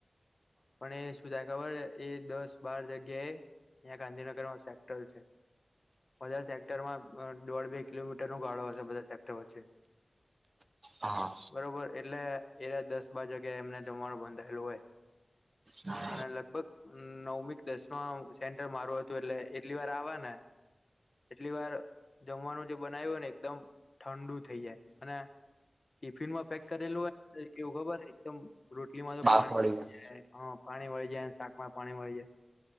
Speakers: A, on the left (about 50°); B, on the right (about 40°).
A: પણ એ સુું થાય. ખબર એ દસ બાર જગ્યા એ ત્યાં ગાંધીનગરમાં સેક્ટર છે. બધા સેક્ટરમાં દોઢ બે કિલોમીટર નો ગાળો હશે બધા સેક્ટર વચ્ચે.
B: હા
A: બરોબર એટલે એરા દસ બાર વાગ્યા એમને જમવાનું બંધાયેલું હોય.
B: હા.
A: અને લગભગ નવમી કે દસમાં સેન્ટર મારું હતું એટલે એટલી વાર આવે ને એટલી વાર જમવાનું જે બનાવ્યું હોય ને એકદમ ઠંડુ થઇ જાય અને ટિફિન માં પેક કરેલું હોય કેવું ખબર એકદમ રોટલીમાં તો
B: બાફવાળી
A: પાણી <unintelligible> અ પાણી વળી જાયને, શાકમાં પાણી વળી જાય.